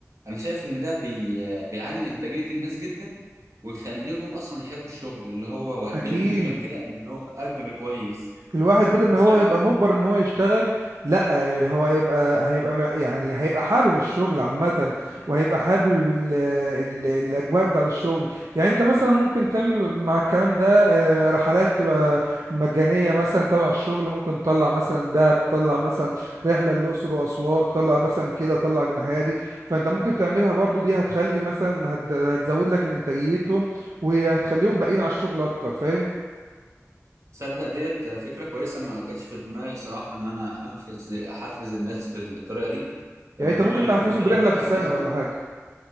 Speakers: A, on the right (about 65°); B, on the right (about 80°).
A: انا شايف ان ده بي... بيعلي انتاجية الناس جدا ويخليهم اصلا يحبوا الشغل اللي هو ويديهم
B: اكيد
A: غير كده ان هو اجر كويس
B: الواحد بدل ما
A: انت
B: هو
A: شايف
B: هيبقى
A: ده؟
B: مجبر ان هو يشتغل لا هو هيبقى هيبقى ما- يعني هيبقى حابب الشغل عامة وهيبقى حابب ال ال الاجواء بتاعة الشغل يعني انت مثلا ممكن تعمل مع الكلام ده آه، رحلات تبقى مجانية مثلا تبع الشغل ممكن تطلع مثلا دهب تطلع مثلا رحلة للأقصر وأسوان تطلع مثلا كده تطلع الناحية دي فانت ممكن تعملها برضو دي هتخلي مثلا هت- هتزود لك من انتاجيتهم وهتخليهم باقيين على الشغل اكتر فاهم
A: تصدق ديت فكرة كويسة ما كانتش في دماغي صراحة ان انا احفز احفز الناس بالطريقة دي كان
B: يعني انت
A: كل
B: ممكن
A: اللي
B: تحفزهم
A: في دماغي
B: برحلة
A: ان
B: في
A: تحفيزهم
B: السنة ولا حاجة